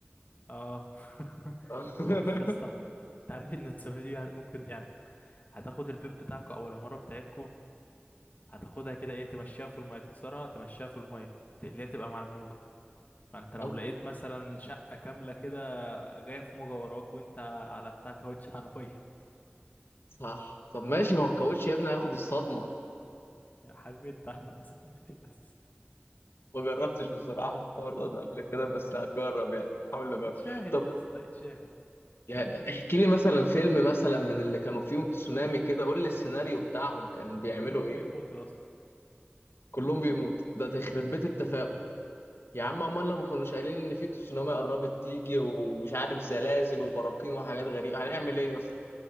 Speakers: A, on the left; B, on the left.
A: أه <laughs>
B: <laughs>
A: أنت عبيط يا اسطى أنت عارف إن التسونامي دي ممكن يعني هتاخد البيت بتاعكوا أو العمارة بتاعتكوا هتاخدها كده ايه تمشيها في المية تكسرها تمشيها في المية تقليها تبقى مع الموجة فانت لو
B: طب
A: لقيت مثلا شقة كاملة كده جاية في موجة وراك وانت على بتاع كاوتش <laughs> عربية
B: صح طب ماشي ما هو الكاوتش يا ابني هياخد الصدمه
A: يا حبيبي انت عامل صدمتي بس
B: ما جربتش بصراحة الحوار ده قبل كده بس
A: يعني
B: هتجرب يعني حاول أجرب
A: اتشاهد
B: طب
A: يا اسطى اتشاهد
B: يعني احكي لي مثلا فيلم مثلا من اللي كانوا فيهم تسونامي كده قول لي السيناريو بتاعهم كان بيعملوا
A: كلهم
B: ايه
A: بيموتوا يا اسطى
B: كلهم بيموتوا ده تخرب بيت التفاؤل يا عم امال لما كانوش قايلين ان في تسونامي قربت تيجي ومش عارف زلازل وبراكين وحاجات غريبه هنعمل ايه اصلا